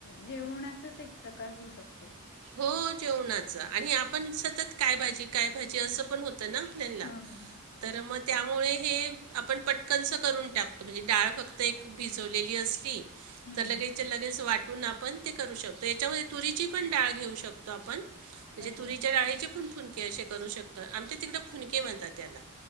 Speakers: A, on the left; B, on the right.
A: जेवणाचाच एक प्रकार होऊ शकतो.
B: हो जेवणाच आणि आपण सतत काय भाजी काय भाजी असं पण होत ना आपल्या
A: हा हा
B: तर मग त्यामुळे हे. आपण पटकनचं करून टाकतो म्हणजे डाळ फक्त एक भिजवलेली असली.
A: हम्म
B: तर लगेच
A: हम्म
B: लगेच वाटून आपण ते करू शकतो याच्यामध्ये तुरीची पण डाळ. घेऊ शकतो आपण म्हण
A: अच्छा
B: तुरीच्या डाळीचे पण फूनके अशे करू शकतं आमच्या तिकड फुनके म्हणतात त्याला